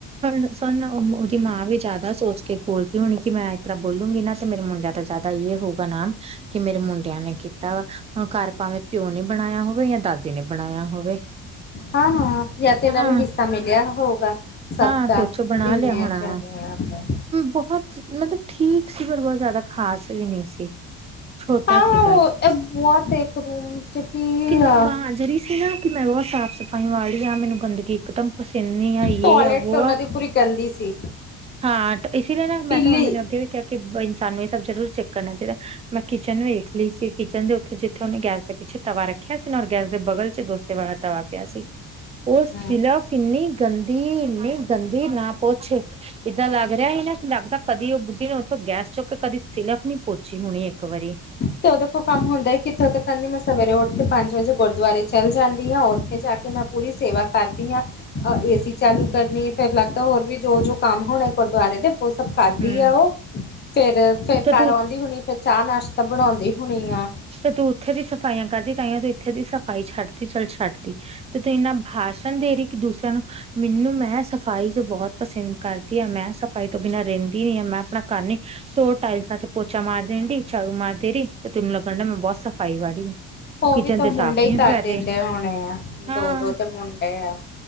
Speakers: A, on the right; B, on the left.
A: ਹੁਣ ਸਾਨੂੰ ਉਹਦੀ ਮਾਂ ਵੀ ਜ਼ਿਆਦਾ ਸੋਚ ਕੇ ਬੋਲ ਦੀ ਹੋਣੀ ਕਿ ਮੈਂ ਤਰ੍ਹਾਂ ਬੋਲੂਗੀ ਨਾ ਤੇ ਮੇਰੇ ਮੁੰਡਿਆਂ ਤਾਂ ਜਿਆਦਾ ਇਹ ਹੋਊਗਾ ਨਾਮ। ਕਿ ਮੇਰੇ ਮੁੰਡਿਆਂ ਨੇ ਕੀਤਾ ਵਾ, ਹੁਣ ਘਰ ਭਾਵੇਂ ਪਿਓ ਨੇ ਬਣਾਇਆ ਹੋਵੇ ਜਾਂ ਦਾਦੇ ਨੇ ਬਣਾਇਆ ਹੋਵੇ।
B: ਹਾਂ-ਹਾਂ ਯਾ ਤੇ ਇਹਨਾਂ
A: ਹਾਂ
B: ਨੂੰ ਨੂੰ ਹਿੱਸਾ ਮਿਲਿਆ ਹੋਊਗਾ। ਸਭ
A: ਹਾਂ
B: ਤਾਂ
A: ਤੇ ਉੱਥੋਂ ਬਣਾ
B: ਇੰਨੇ
A: ਲਿਆ ਹੋਣਾ
B: ਆ ਸਿਆਂਣੇ
A: ਵਾ
B: ਆ ਉੱਥੇ।
A: ਬਹੁਤ ਮਤਲਬ ਠੀਕ ਸੀ ਪਰ ਬਹੁਤ ਜ਼ਿਆਦਾ ਖ਼ਾਸ ਵੀ ਨਹੀਂ ਸੀ। ਛੋਟਾ
B: ਹਾਂ
A: ਸੀ
B: ਹਾਂ ਉਹ
A: ਘਰ।
B: ਬਹੁਤ ਇੱਕ ਰੂਮ ਚ ਕੀ
A: ਕਿੰਨਾ
B: ਆ
A: ਬਾਂਜਰੀ ਸੀ ਨਾ। ਕਿ ਮੈਂ ਬਹੁਤ ਸਾਫ਼ ਸਫ਼ਾਈ ਵਾਲੀ ਆ ਮੈਨੂੰ ਗੰਦਗੀ ਇੱਕਦਮ ਪਸੰਨ ਨਹੀਂ ਆਈ
B: ਟੋਇਲੇਟ
A: ਕੀ <unintelligible> ਆ
B: ਤੇ ਉਹਨਾਂ ਦੀ ਪੂਰੀ ਗੰਦੀ ਸੀ
A: ਹਾਂ ਇਸ ਲਈ ਨਾ ਮੈਂ
B: ਪੀਲੀ
A: ਤਾਂ ਮੰਮੀ ਨੇ ਗੇ ਕਹਿ ਕੇ ਇਨਸਾਨ ਨੂੰ ਇਹ ਸਭ ਜ਼ਰੂਰ ਚੈੱਕ ਕਰਨਾ ਚਾਹੀਦਾ ਮੈਂ ਕਿਚਨ ਵੀ ਲੀ ਸੀ ਕਿਚਨ ਦੇ ਉੱਥੇ ਜਿੱਥੇ ਉਹਨੇੈ ਗੈਸ ਦੇ ਪਿੱਛੇ ਤਵਾ ਰੱਖਿਆ ਸੀ ਔਰ ਗੈਸ ਦੇ ਬਗਲ ਚ ਡੋਸੇ ਵਾਲਾ ਤਵਾ ਪਿਆ ਸੀ। ਉਹ ਸਲਫ
B: ਹੂੰ
A: ਇੰਨੀ ਗੰਦੀ ਇੰਨੀ ਗੰਦੀ ਨਾ ਪੁੱਛ ਇਦਾਂ ਲੱਗ ਰਿਹਾ ਹੀ ਨਾ ਲੱਗਦਾ ਕਦੀ ਉਹ ਬੁੱਢੀ ਨੇ ਉੱਥੋਂ ਗੈਸ ਚੁੱਕ ਕੇ ਕਦੀ ਸਿਲਫ ਨੀ ਪੋਚੀ ਹੋਣੀ ਇੱਕ ਵਾਰੀ
B: ਤੇ ਉਹਦੇ ਕੋਲ ਕੰਮ ਹੁੰਦਾ ਕਿੱਥੋਂ ਕਹਿੰਦੀ ਮੈਂ ਸਵੇਰੇ ਉੱਠ ਕੇ ਪੰਜ ਵਜੇ ਗੁਰਦੁਆਰੇ ਚੱਲ ਜਾਂਦੀ ਹਾਂ ਉੱਥੇ ਜਾ ਕੇ ਮੈਂ ਪੂਰੀ ਸੇਵਾ ਕਰਦੀ ਹਾਂ ਏਸੀ ਚਾਲੂ ਕਰਨੀ ਫਿਰ ਲਗ ਤਾਂ ਹੋਰ ਵੀ ਜੋ ਜੋ ਕੰਮ ਹੋਣੇ ਗੁਰਦੁਆਰੇ ਦੇ ਉਹ ਸਭ ਕਰਦੀ
A: ਹੂੰ
B: ਆ ਉਹ ਫਿਰ ਫਿਰ
A: ਤੇ
B: ਘਰ
A: ਤੂੰ
B: ਆਉਂਦੀ ਹੋਣੀ ਫਿਰ ਚਾਹ ਨਾਸ਼ ਤਾਂ ਬਣਾਉਂਦੇ ਹੋਣੀ ਆ।
A: ਤੇ ਤੂੰ ਉੱਥੇ ਦੀ ਸਫਾਈਆਂ ਕਰਦੀ ਤਾਹੀਓ ਤੂੰ ਇੱਥੇ ਦੀ ਸਫ਼ਾਈ ਛੱਡਤੀ ਚੱਲ ਛੱਡਤੀ। ਤੇ ਤੂੰ ਇਨਾ ਭਾਸ਼ਣ ਦੇ ਰਹੀ ਕਿ ਦੂਸਰਿਆਂ ਨੂੰ। ਮੈਨੂੰ ਮੈਂ ਸਫਾਈ 'ਚ ਬਹੁਤ ਪਸੰਦ ਕਰਦੀ ਹਾਂ ਮੈਂ ਸਫ਼ਾਈ ਤੋਂ ਬਿਨਾਂ ਰਹਿੰਦੀ ਨਹੀਂ ਹਾਂ ਮੈਂ ਆਪਣਾ ਘਰ ਨਹੀਂ। ਤੋ ਟਾਇਲਸਾਂ ਚ ਪੋਚਾ ਮਾਰ ਦੇਣ ਸੈਲਫ ਮਾਰ ਦੇ ਰਹੀ ਤੇ ਤੈਨੂੰ ਲੱਗਣ ਮੈਂ ਬਹੁਤ ਸਫ਼ਾਈ ਵਾਲੀ। ਤੂੰ
B: ਉਹ
A: ਕਿਚਨ
B: ਵੀ ਤੋ
A: ਤੇ
B: ਮੁੰਡੇ
A: ਸਾਫ਼
B: ਹੀ
A: ਨੀ
B: ਕਰ ਦਿੰਦੇ
A: ਰਹੀ
B: ਹੋਣੇ ਆ
A: ਹਾਂ
B: ਦੋ ਦੋ ਤੇ ਮੁੰਡੇ ਆ।